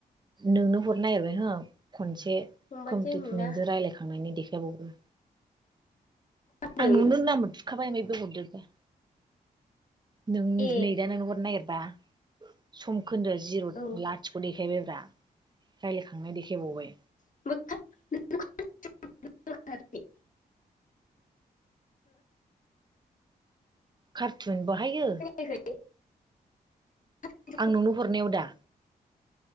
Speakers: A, on the right; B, on the left.
A: नोंनो हरनो नागिरबाय ओहो खनसे
B: हमबानो
A: कमप्लिट
B: जायोमोन ना
A: नोंजो रायलायखांनायनि देखायबावो
B: होनदों
A: आं नोंनो नाम्बार थुखाबाय, ओमफाय बे हरदेरबाय। नों
B: ए
A: नै दा नोंनो हरनो नागिरबा सम खोन्दो जिरथ
B: औ
A: लाथिख ख' देखायबायब्रा रायलायखांनाय देखायबावबाय।
B: <unintelligible>
A: कार्टुन बाहायो
B: <unintelligible>
A: आं नुंनो हरनायाव दा?